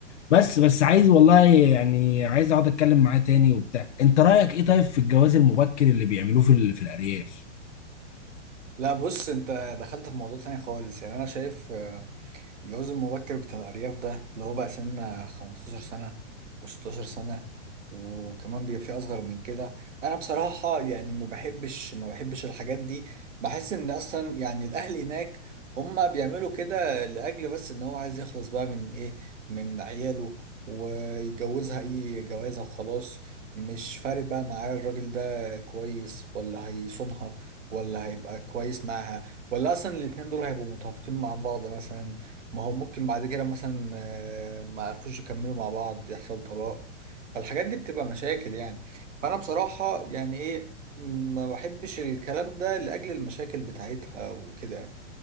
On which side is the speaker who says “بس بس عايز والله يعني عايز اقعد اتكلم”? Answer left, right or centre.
Left